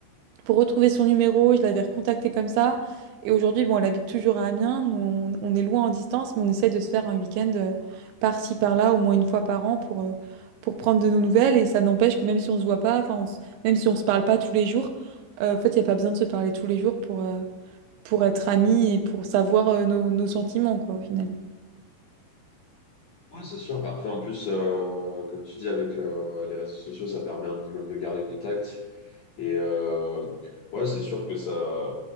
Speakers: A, on the right; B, on the left.
A: pour retrouver son numéro. Je l'avais recontacté comme ça. Et aujourd'hui, bon, elle habite toujours à Amiens. mais On, on est loin en distance, mais on essaie de se faire un week-end euh, par-ci, par-là, au moins une fois par an pour, euh, pour prendre de nos nouvelles. Et ça n'empêche que même si on se voit pas, enfin, on s- même si on se parle pas tous les jours, euh, en fait, il n'y a pas besoin de se parler tous les jours pour. euh, pour être amis et pour savoir euh, nos, nos sentiments, quoi, au final.
B: Ouais, c'est sûr. Après, en plus, euh, comme tu dis, avec euh, les réseaux sociaux, ça permet un minimum de garder contact. Et euh, ouais, c'est sûr que ça.